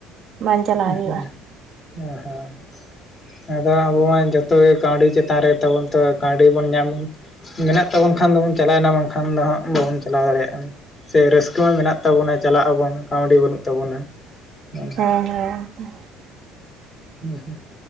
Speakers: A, on the right; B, on the left.
A: ᱵᱟᱝ ᱪᱟᱞᱟᱣ
B: ᱦᱮᱸ
A: ᱦᱩᱭᱩᱜᱼᱟ
B: ᱦᱮᱸ ᱟᱫᱚ ᱟᱵᱚ ᱢᱟ ᱡᱚᱛᱚ ᱜᱮ ᱠᱟᱹᱣᱰᱤ ᱪᱮᱛᱟᱱ ᱨᱮ ᱛᱟᱵᱚᱱ ᱛᱚ ᱠᱟᱹᱣᱰᱤ ᱵᱚᱱ ᱧᱟᱢ ᱢᱮᱱᱟᱜ ᱛᱟᱵᱚᱱ ᱠᱷᱟᱱ ᱫᱚᱵᱚᱱ ᱪᱟᱞᱟᱣᱮᱱᱟ ᱵᱟᱝᱠᱷᱟᱱ ᱫᱚ ᱦᱟᱸᱜ ᱵᱟᱵᱚᱱ ᱪᱟᱞᱟᱣ ᱫᱟᱲᱮᱭᱟᱜᱼᱟ, ᱥᱮ ᱨᱟᱹᱥᱠᱟᱹ ᱦᱚᱸ ᱢᱮᱱᱟᱜ ᱛᱟᱵᱚᱱᱟ ᱪᱟᱞᱟᱜ ᱟᱵᱚᱱ ᱠᱟᱹᱣᱰᱤ ᱵᱟᱹᱱᱩᱜ ᱛᱟᱵᱚᱱᱟ, ᱟᱞᱮ
A: ᱦᱮᱸ ᱦᱮᱸ ᱦᱮᱸ
B: ᱦᱮᱸ ᱦᱩᱸ